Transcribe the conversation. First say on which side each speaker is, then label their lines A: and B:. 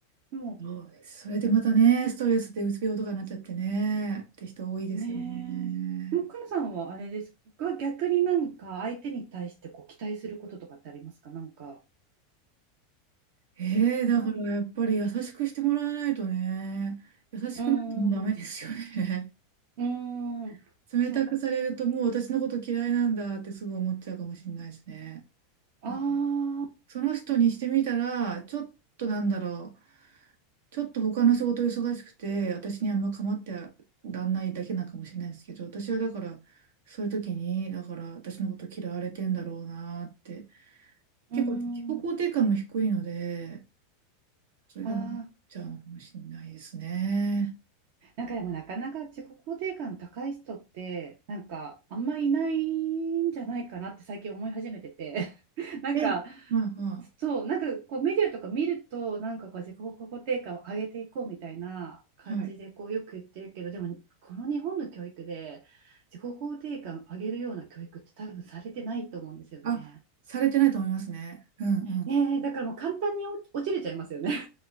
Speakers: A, on the right; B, on the right.
A: でも
B: そうです。それでまたね、ストレスでうつ病とかなっちゃってね、って人多いですよね。
A: ねもうくのさんはあれですが逆になんか相手に対してこう期待することとかってありますかなんか
B: ええだからやっぱり優しくしてもらわないとね、
A: なん
B: 優しくなってもダメですよね。
A: うーん、うー
B: <laughs>
A: ん、
B: 冷たくされるともう私のこと嫌いなんだってすぐ思っちゃうかもしれないですね。
A: そっ、
B: なんか
A: ああ
B: その人にしてみたら、ちょっとなんだろう。ちょっと他の仕事忙しくて、私にあんま構ってらんないだけなのかもしれないですけど、私はだから、そういう時に、だから私のこと嫌われてんだろうなって、結構自己肯定感も低いので、
A: ー、うーん、あ
B: それでも思っちゃうのかもしれないですね。
A: あ、そう。なんかでもなかなか自己肯定感高い人って、なんかあんまりいないんじゃないかなって最近思い始めてて、<laughs> なんか、
B: え、まあま
A: そう、なんかこうメディアとか見ると、なんかこう自己肯定感を上げていこうみたいな感じでこうよく言ってるけど、
B: あ、はい。
A: でもこの日本の教育で自己肯定感上げるような教育って多分されてないと思うんですよね。
B: あ、されてないと思いますね。うんうん。
A: ねえ、だからもう簡単に落落ちれちゃいますよね。